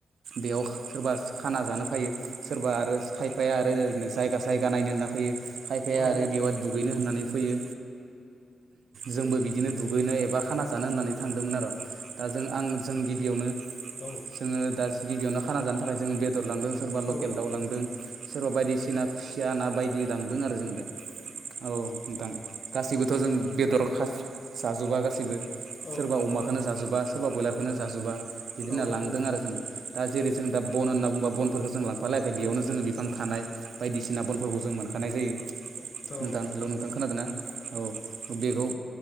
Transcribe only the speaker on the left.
औ
औ
औ
औ
औ
औ नोंथां
औ
औ
औ